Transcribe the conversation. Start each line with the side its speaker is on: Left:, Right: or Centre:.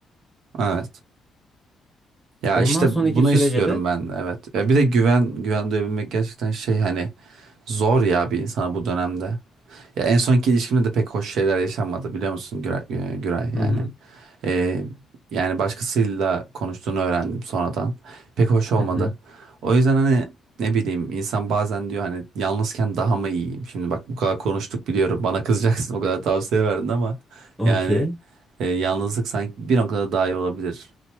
Right: Evet. Ya
Centre: Ondan
Right: işte
Centre: sonraki
Right: bunu
Centre: sürece
Right: istiyorum
Centre: de
Right: ben evet. Ya bir de güven güven duyabilmek gerçekten şey hani zor ya bir insana bu dönemde. Ya en sonki ilişkimde de pek hoş şeyler yaşanmadı biliyor musun Güray, e, Güray
Centre: hı
Right: yani.
Centre: hı
Right: Ee, yani başkasıyla konuştuğunu öğrendim sonradan. Pek hoş olmadı.
Centre: hı hı
Right: O yüzden hani ne bileyim insan bazen diyor hani yalnızken daha mı iyiyim? Şimdi bak bu kadar konuştuk biliyorum bana kızacaksın <laughs> o kadar tavsiye verdin ama
Centre: okey.
Right: yani e, yalnızlık sanki bir noktada daha iyi olabilir.